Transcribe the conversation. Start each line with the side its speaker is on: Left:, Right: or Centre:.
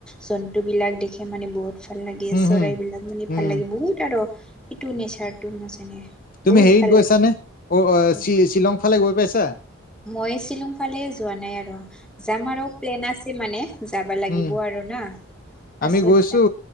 Centre: জন্তুবিলাক দেখে মানে বহুত। ভাল লাগে
Left: উম
Centre: চৰাইবিলাক
Left: হম
Centre: মানে ভাল
Left: উম
Centre: লাগে বহুত আৰু সেইটো নেচাৰটো নাজানে,
Left: তুমি
Centre: বহুত
Left: হেৰিত
Centre: ভাল
Left: গৈছানে
Centre: লাগে
Left: অ
Centre: হয়
Left: শ্বিলং ফালে গৈ পাইছা।
Centre: মই শ্বিলং ফালে যোৱা নাই আৰু যাম আৰু প্লেন আছে মানে। যাব লাগিব
Left: উম
Centre: আৰু না পাছত
Left: আমি গৈছো
Centre: যাম